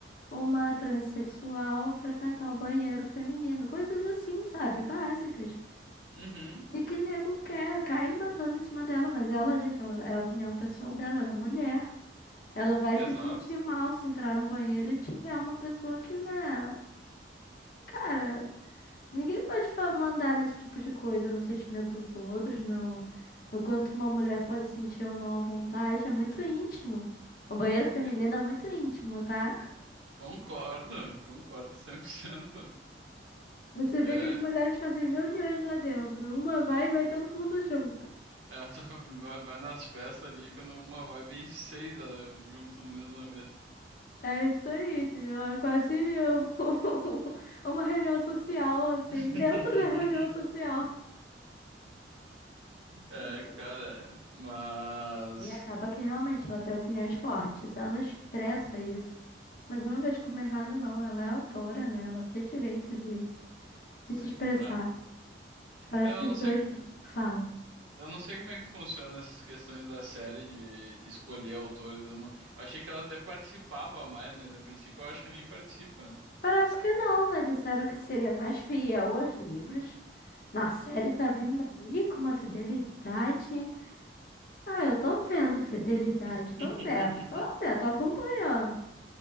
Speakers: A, on the left; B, on the right.
A: uma transexual frequentar o banheiro feminino, coisas assim, sabe? Básicas.
B: uhum,
A: E que nego quer cair matando em cima dela, mas ela, gente, ela- é a opinião pessoal dela, ela é mulher. Ela vai
B: exato.
A: se sentir mal se entrar no banheiro e tiver uma pessoa que, né, cara, ninguém pode fa- mandar nesse tipo de coisa, no sentimento dos outros, no, no quanto uma mulher pode sentir ou não à vontade, é muito íntimo. O banheiro feminino
B: É,
A: é muito íntimo, tá?
B: Concordo, <laughs> concordo cem por cento
A: Você vê
B: É,
A: que as mulheres fazem reuniões lá dentro. Uma vai e vai todo mundo junto.
B: ela <laughs> vai vai nas festas ali, quando uma vai, vem seis ah, junto no mesmo vez.
A: É isso aí, entendeu? É quase um- <laughs> uma reunião social, assim,
B: <laughs>
A: dentro da reunião social.
B: É,
A: Então,
B: cara, mas.
A: e acaba que realmente ela tem opiniões fortes, ela expressa isso. Mas eu não vejo como errado, não. Ela é autora, né? Ela tem direito de, de
B: Pois
A: se expressar.
B: é.
A: Parece
B: É, Eu
A: que os
B: não
A: Sim.
B: sei,
A: dois falam.
B: eu não sei como é que funciona essas questões da série de escolher autores. Eu não, eu achei que ela até participava mais, mas a princípio eu acho que nem participa. né?
A: Parece que não, né? Disseram que seria mais fiel aos livros. Na série tá vindo aí com uma fidelidade. Ah, eu tô vendo fidelidade,
B: <laughs>
A: tô vendo, tô vendo, tô acompanhando.